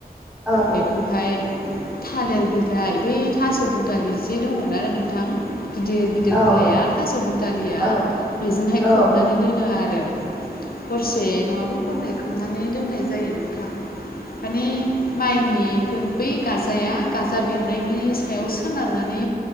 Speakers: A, in the centre; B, on the left.
A: औ
B: बेखौहाय थालिर बिलाइ बै थास दु दालिजे दङना नोंथां गिदिर गिदिर
A: औ
B: बिलाइआ
A: औ
B: थास' दुदालिया
A: औ औ
B: बेजोंहाय
A: औ
B: खोबनानै दोनो आरो। हरसे नोङाबा हरनै खोबनानै दोननाय जायो नोंथां। माने माइनि खो बै गाजाया गाजा बेरनायनि सायाव सो सोनारनानै